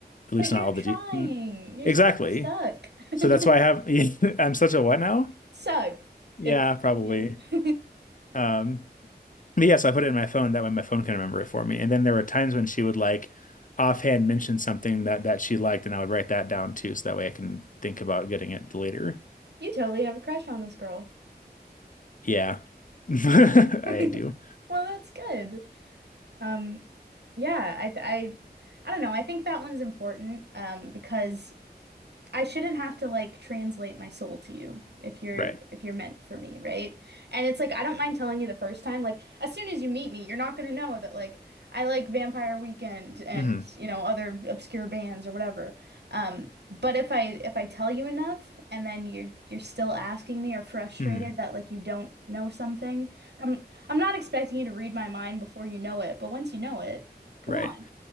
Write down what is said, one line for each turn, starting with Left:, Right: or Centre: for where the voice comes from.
Left: At least
Right: but you're
Left: not all
Right: trying.
Left: the de mm,
Right: You're
Left: exactly.
Right: such a suck. <laughs>
Left: So that's why I have <laughs> I'm such a what now?
Right: Sucked.
Left: Yeah,
Right: It's
Left: probably.
Right: yeah. <laughs>
Left: Um, but yeah, so I put it in my phone. That way my phone can remember it for me. And then there were times when she would like offhand mention something that that she liked, and I would write that down too, so that way I can think about getting it later.
Right: You totally have a crush on this girl.
Left: Yeah. <laughs> I
Right: <laughs>
Left: do.
Right: Well, that's good. Um, yeah, I, I, I don't know. I think that one's important, um, because I shouldn't have to like translate my soul to you if you're
Left: Right.
Right: if you're meant for me, right? And it's like I don't mind telling you the first time, like as soon as you meet me, you're not gonna know that like I like Vampire Weekend and
Left: hmm
Right: you know other obscure bands or whatever. Um, but if I if I tell you enough and then you're you're still asking me or frustrated
Left: hmm
Right: that like you don't know something, I'm I'm not expecting you to read my mind before you know it, but once you know it, come
Left: Right.
Right: on,